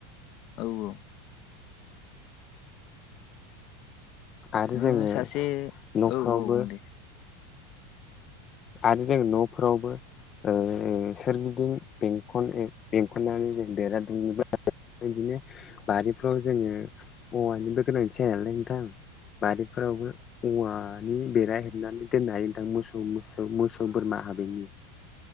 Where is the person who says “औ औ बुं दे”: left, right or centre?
Left